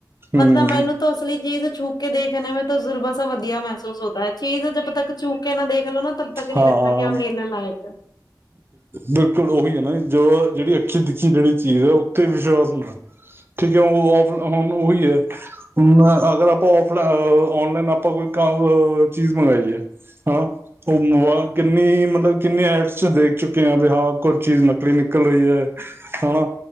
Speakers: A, on the right (about 30°); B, on the left (about 65°).
A: ਹੂੰ
B: ਮਤਲਬ ਮੈਨੂੰ ਤਾਂ ਅਸਲੀ ਚੀਜ਼ ਛੂਕ ਕੇ ਦੇਖਣੇ ਮੈਂ ਤਜ਼ੁਰਬਸ ਵਧੀਆ ਮਹਿਸੂਸ <unintelligible> ਚੀਜ਼ ਜਦ ਤੱਕ ਚੂੱਕ ਕੇ ਨਾ ਦੇਖਲੋ ਨਾ ਤ ਪੱਕ ਨੀ
A: ਹਾਂ
B: ਲੱਗਦਾ ਆ ਲੇਨਾ ਲਾ <inaudible>
A: ਬਿਲਕੁਲ ਉਹੀ ਹੈ ਨਾ ਜੋ ਜਿਹੜੀ ਅੱਖੀ ਤਖੀ ਜਿਹੜੀ ਚੀਜ਼ ਹੈ ਉੱਥੇ ਵਿਸ਼ਵਾਸ ਹੁੰਦਾ ਠੀਕ ਹੈ ਉਹ ਆਪ ਹੁਣ ਉਹੀ ਹੈ ਹੁਣ ਅਗਰ ਆਪਾਂ ਆਫ ਆਪਣਾ ਔਨਲਾਈਨ ਆਪਾਂ ਕੋਈ ਚੀਜ਼ ਮੰਗਾਈ ਹੈ ਹਾਂ ਉਹ ਕਿੰਨੀ ਮਤਲਬ ਕਿੰਨੇ ਐਡਸ ਚ ਦੇਖ ਚੁੱਕੇ ਹ ਵੀ ਹਾਂ ਕੁਝ ਚੀਜ਼ ਨਕਲੀ ਨਿਕਲ ਰਹੀ ਹੈ। ਹਨਾ